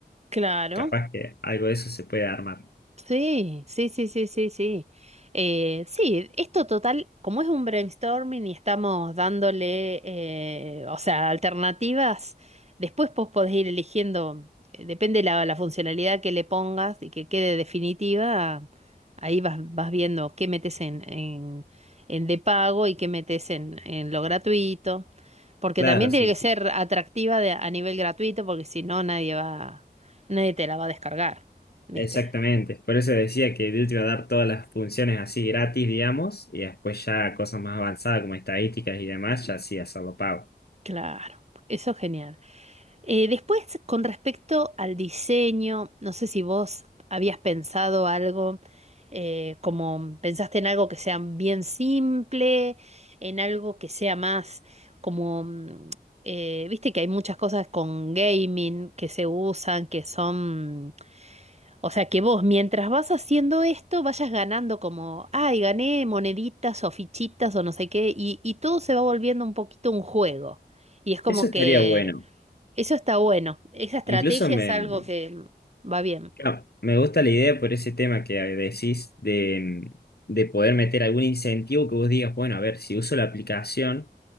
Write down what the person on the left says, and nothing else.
capaz que algo de eso se puede armar.
Claro,
sí,
sí.
Exactamente, por eso decía que Duty va a dar todas las funciones así gratis, digamos, y después ya cosas más avanzadas como estadísticas y demás, ya sí hacerlo pago.
Eso estaría
bueno.
Incluso me,
Claro, me gusta la idea por ese tema que decís de, de poder meter algún incentivo que vos digas, bueno, a ver, si uso la aplicación,